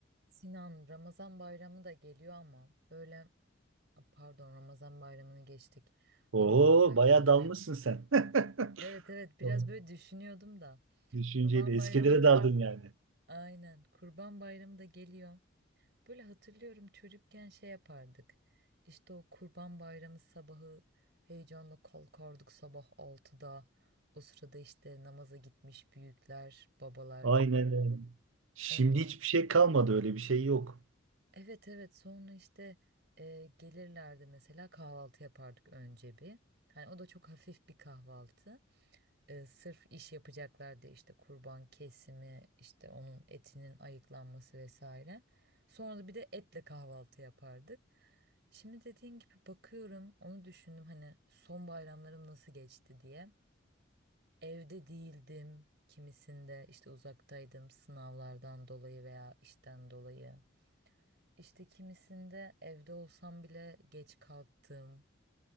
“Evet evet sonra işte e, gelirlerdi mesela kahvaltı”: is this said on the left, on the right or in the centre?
Right